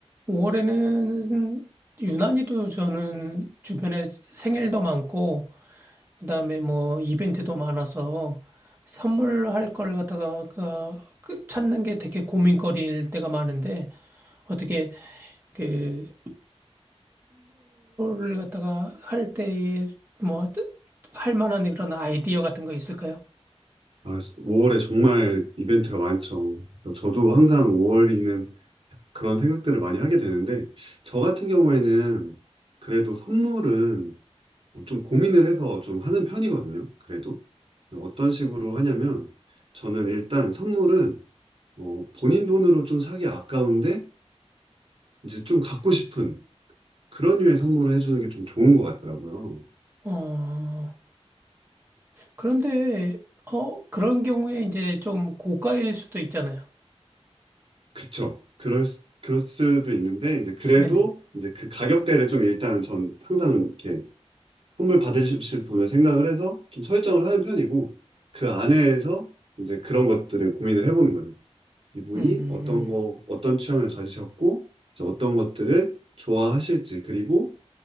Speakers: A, on the right; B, on the right.
A: 5월에는 유난히도 저는 주변에 생일도 많고, 그다음에 뭐 이벤트도 많아서 선물할 걸 갖다가 그 그 찾는 게 되게 고민거리일 때가 많은데, 어떻게 그 선물을 갖다가 할 때에 뭐 할 만한 그런 아이디어 같은 거 있을까요?
B: 아, 5월에 정말 이벤트가 많죠. 저도 항상 5월에는 그런 생각들을 많이 하게 되는데, 저 같은 경우에는 그래도 선물은 뭐 좀 고민을 해서 좀 하는 편이거든요. 그래도. 어떤 식으로 하냐면, 저는 일단 선물은 어, 본인 돈으로 좀 사기 아까운데, 이제 좀 갖고 싶은 그런 류의 선물을 해주는 게 좀 좋은 것 같더라고요.
A: 어, 그런데, 어, 그런 경우에 이제 좀 고가일 수도 있잖아요.
B: 그쵸. 그럴, 수- 그럴 수도 있는데, 이제 그래도
A: 네네.
B: 이제 그 가격대를 좀 일단은 전 항상 이렇게 선물 받으실 분을 생각을 해서 좀 설정을 하는 편이고, 그 안에서 이제 그런 것들을 고민을 해보는 거죠. 이분이
A: 음.
B: 어떤 거, 어떤 취향을 가지셨고, 이제 어떤 것들을 좋아하실지, 그리고